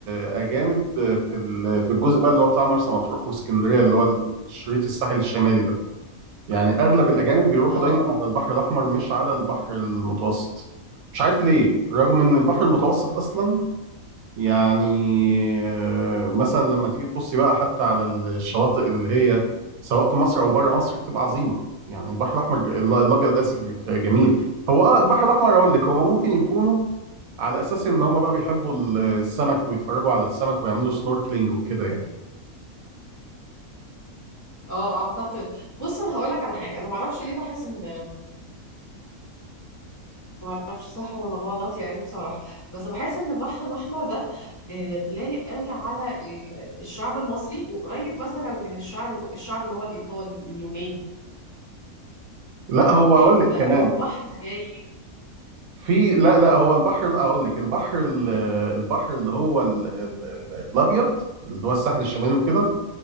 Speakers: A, on the right; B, on the left.
A: اجانب في ال- في الجزء بقى اللي هو بتاع مرسى مطروح واسكندريه اللي هو الشريط الساحل الشمالي ده يعني اغلب الاجانب بيروحوا
B: أه
A: دايما على البحر الاحمر مش على البحر المتوسط مش عارف ليه رغم ان البحر المتوسط اصلا يعني آه، مثلا لما تيجي تبصي بقى حتى على الشواطئ اللي هي سواء في مصر او بره مصر بتبقى عظيمه يعني البحر الاحمر ال- الابيض اسف جميل هو اه البحر الاحمر اقول لك هما ممكن يكونوا على اساس ان هما بقى بيحبوا السمك ويتفرجوا على السمك ويعملوا سنوركلينج وكده يعني
B: اه اعتقد بص انا هقول لك على حاجه انا ما اعرفش ليه بحس ان ما اعرفش صح ولا غلط يعني بصراحه بس بحس ان البحر الاحمر ده آه، لايق قوي على ال- الشعب المصري وقريب مثلا من الشعب اللي- الشعب اللي هو الايطالي اليوناني
A: لا هو اقول
B: ايه هو
A: لك
B: ده
A: كمان
B: اللي هو البحر الهايج
A: في لا لا هو البحر اقول لك البحر ال- البحر اللي هو ال- ال- ال- الابيض اللي هو الساحل الشمالي وكده